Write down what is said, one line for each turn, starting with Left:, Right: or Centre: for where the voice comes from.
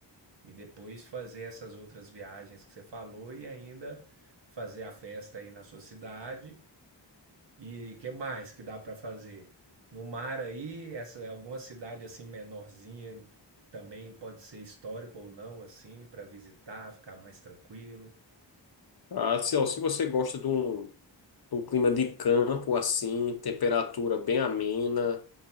Right: E depois fazer essas outras viagens que você falou e ainda fazer a festa aí na sua cidade E que mais que dá para fazer? No mar aí, essa alguma cidade assim menorzinha também pode ser histórico ou não assim para visitar, ficar mais tranquilo.
Left: Ah, se, ó, se você gosta de um, de um clima de campo assim, temperatura bem amena,